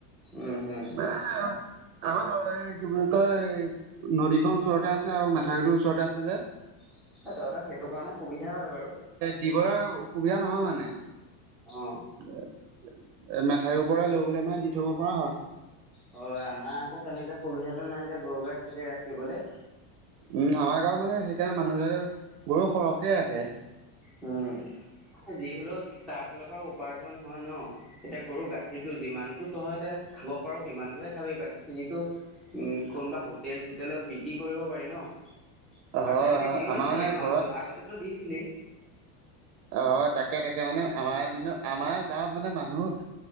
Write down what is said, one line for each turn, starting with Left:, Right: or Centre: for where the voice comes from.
Centre: উম হম
Right: বা আমাৰ কি বুলি কয় নদীখন ওচৰতে আছে আৰু মেথাউৰিটো ওচৰতে আছে যে।
Centre: এ তহঁতৰ সেইটো কাৰণে সুবিধা হয় বাৰু।
Right: দিবলে অসুবিধা নহয় মানে।
Centre: অ।
Right: এ মেঠাউৰি ওপৰে লৈ গ'লে মানে দি থব পৰা হয়।
Centre: হয় আমাৰ আকৌ তেনেকে সুবিধাটো নাই যে গৰু-গাই সেদে ৰাখিবলে।
Right: উম, আমাৰ গাঁওত মানে সেইকাৰণে মানুহবিলাকে গৰু সৰহকে ৰাখে।
Centre: উম যি হলেও তাৰ ফালৰ পৰা উপাৰ্জন হয়, ন'? এতিয়া গৰু গাখীৰটো যিমানতো তহঁতে খাব পাৰো সিমানটোহে খাবি বাকী খিনিতো উম, কোনোবা হোটেল-চোটেলত বিক্ৰী কৰিব পাৰি ন'?
Right: হয় হয়
Centre: আৰু তেনেকে দিয়ে
Right: আমাৰ
Centre: চাগে
Right: মানে
Centre: ন'
Right: ঘৰত
Centre: আগতেতো দিছিলি?
Right: অ', তাকে তাকে মানে আমাৰ দিনত আমাৰ গাঁৱত মানে মানুহ